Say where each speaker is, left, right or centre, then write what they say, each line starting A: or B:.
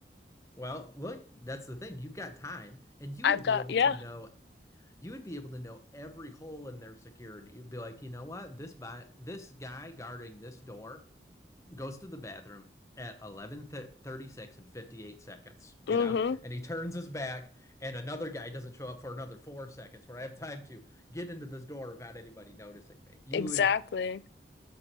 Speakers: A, on the left; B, on the left.
A: Well, look, that's the thing. You've got time, and you
B: I've
A: would
B: got,
A: be able
B: yeah.
A: to know. You would be able to know every hole in their security. You'd be like, you know what? This by this guy guarding this door goes to the bathroom at 11:36 and 58 seconds, you
B: Mm-hmm.
A: know? And he turns his back and another guy doesn't show up for another 4 seconds where I have time to get into this door without anybody noticing me. You
B: Exactly.
A: would